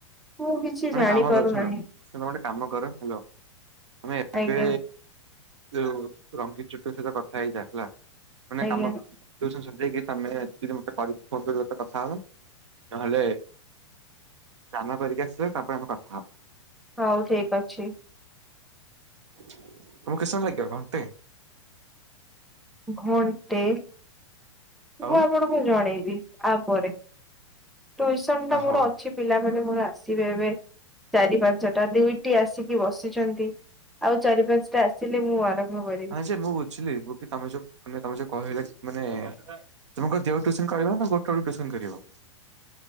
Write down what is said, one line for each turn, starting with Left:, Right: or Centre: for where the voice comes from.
Centre: ମୁଁ କିଛି ଜାଣିପାରୁନାହିଁ
Right: କାମ କର ଶୁଣ ଶୁଣ ଗୋଟେ କାମ କର ହାଲୋ। ତମେ
Centre: ଆଜ୍ଞା
Right: ଏବେ ଯୋଉ ରଙ୍ଗୀ ଚୁଟିଙ୍କ ସହିତ କଥା ହେଇଯା ହେଲା। ମାନେ
Centre: ଆଜ୍ଞା
Right: କାମ <unintelligible> ଯେକି ତମେ <unintelligible> ଯଦି ମତେ ଫୋନ୍ କରିବ ତ କଥା ହବା ନହେଲେ ସ୍ନାନ କରିକି ଆସିଲେ ତାପରେ ଆମେ କଥା ହେବା।
Centre: ହୋଉ ଠିକ ଅଛି।
Right: ତମକୁ କେତେ ସମୟ ଲାଗିବ ଘଣ୍ଟେ?
Centre: ଘଣ୍ଟେ
Right: ଆଉ
Centre: ମୁଁ ଆପଣଙ୍କୁ ଜଣେଇବି ଆପରେ। ଟ୍ୟୁସନ ଟା ମୋର
Right: ହଉ।
Centre: ଅଛି ପିଲା ମାନେ ମୋର ଆସିବେ ଏବେ ଚାରି ପାଞ୍ଚଟା ଦୁଇଟି ଆସିକି ବସିଛନ୍ତି। ଆଉ ଚାରି ପାନସାଟା ଆସିଲେ ମୁଁ ଆରମ୍ଭ କରିବି।
Right: ହଁ ଯେ ମୁଁ ବୁଝିଲି ଗୋପୀ ତମେ ଯୋଉ ମାନେ ତମେ ଯୋଉ କହିଲ ମାନେ ତମେ କଇଲ ଯେଉ ଟିଉସନ କରିବ ନା ଗୋଟେବେଳୁକୁ ତିଉସନ କରିବ?